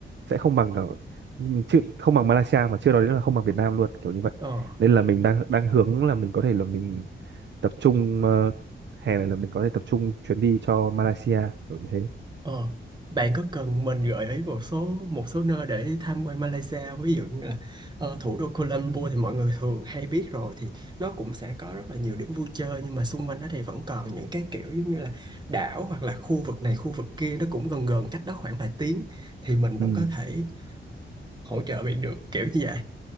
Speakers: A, on the right (about 60°); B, on the right (about 20°).
A: sẽ không bằng cả chứ không bằng Malaysia mà chưa nói đến là không bằng Việt Nam luôn kiểu như vậy
B: ờ
A: nên là mình đang đang hướng là mình có thể là mình tập trung ờ, hè này là mình có thể tập trung chuyến đi cho Malaysia kiểu như thế
B: Ờ, bạn có cần mình gợi ý một số một số nơi để tham quan Malaysia không? ví dụ như là ờ, thủ đô Kuala Lumpur thì mọi người thường hay biết rồi thì nó cũng sẽ có rất là nhiều điểm vui chơi nhưng mà xung quanh đó thì vẫn còn những cái kiểu giống như là đảo hoặc là khu vực này khu vực kia nó cũng gần gần cách đó khoảng vài tiếng thì mình vẫn
A: ừ
B: có thể hỗ trợ bạn được kiểu như vậy